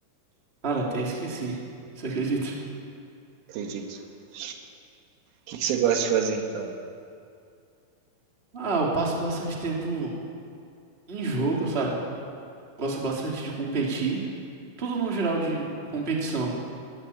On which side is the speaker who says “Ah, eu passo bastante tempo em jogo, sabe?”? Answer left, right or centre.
Right